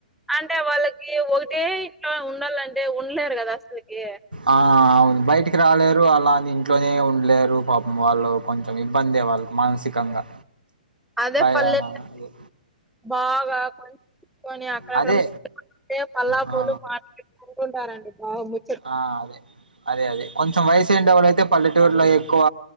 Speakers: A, in the centre; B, on the right (about 85°).
A: అంటే వాళ్ళకి ఒకటే ఇంట్లో ఉండాలంటే ఉండలేరు కదా అసలకి
B: ఆ అవును బయటికి రాలేరు అలా ఇంట్లోనే ఉండలేరు పాపం వాళ్ళు. కొంచెం ఇబ్బందే వాళ్ళకు మానసికంగా
A: అదే
B: భయా
A: పల్లెల్లో
B: అదే
A: బాగా కొంచకని అక్కడక్కడ
B: అదే
A: ము పల్లాకోలు
B: ఆ అదే ఆ
A: మాట్ అనుకుంటారండి బాగుందీ
B: ఆ అదే అదే అదే కొంచెం వయసుండ వాళ్ళు అయితే పల్లెటూరులో
A: ఇట్లా
B: ఎక్కువ